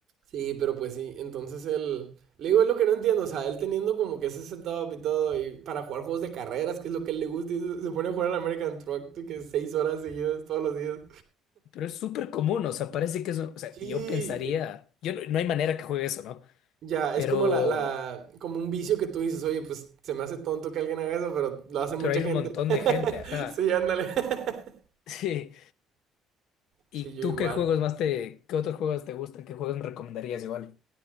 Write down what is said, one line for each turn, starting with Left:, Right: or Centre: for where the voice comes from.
Right: sí, pero pues sí. Entonces él, le digo, es lo que no entiendo. O sea, él teniendo como que ese setup y todo, y para jugar juegos de carreras, que es lo que a él le gusta, y se se pone a jugar al American Truck, de que seis horas seguidas todos los días.
Left: Pero es súper común. O sea, parece que es. O sea,
Right: Sí,
Left: yo pensaría. Yo no, no hay manera que juegue eso, ¿no?
Right: Ya,
Left: Pero.
Right: es como la, la, como un vicio que tú dices, oye, pues se me hace tonto que alguien haga eso, pero lo hace mucha
Left: Pero hay
Right: gente.
Left: un montón
Right: <laughs>
Left: de gente, ajá.
Right: Sí, ándale.
Left: <laughs>
Right: <laughs>
Left: Sí.
Right: Sí,
Left: ¿Y
Right: yo
Left: tú
Right: igual.
Left: qué juegos más te. ¿Qué otros juegos te gustan? ¿Qué juegos me recomendarías igual?